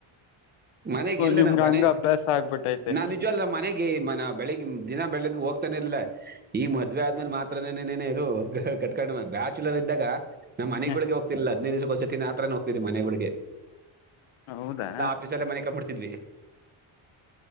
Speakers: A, on the right (about 20°); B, on the left (about 80°).
A: ಮನೆಗೆಲ್ಲನಾ
B: ನಿಮ್ಗ
A: ಮನೆ
B: ಹಂಗ ಅಭ್ಯಾಸ ಆಗ್ಬಿಟ್ಟೈತೆ
A: ನಾ ನಿಜವಾಗ್ಲೂ ನಮ್ ಮನೆಗೆ ಮನ ಬೆಳಿಗ್ ದಿನ ಬೆಳಗ್ಗೆ ಹೋಗ್ತಾನೆ ಇರ್ಲಿಲ್ಲ ಈ ಮದ್ವೆ ಆದ್ಮೇಲೆ ಮಾತ್ರನೆನೇ ಇದು ಕಟ್ಕೊಂಡ್ ಬ್ಯಾಚುಲರ್ ಇದ್ದಾಗ ನಾ
B: ಹ್ಮ್
A: ಮನೆಗುಳಿಗೆ ಹೋಗ್ತಿರ್ಲಿಲ್ಲ ಹದ್ನೈದು ದಿವ್ಸಕ್ ಒಂದ್ಸತಿ ನಾತ್ರರನ ಹೋಗ್ತಿದ್ವಿ ಮನೆಗುಳಿಗೆ
B: ಹೌದಾ
A: ಫೀಸ್ ಅಲ್ಲೇ ಮನಿಕಂಬಿಡ್ತಿದ್ವಿ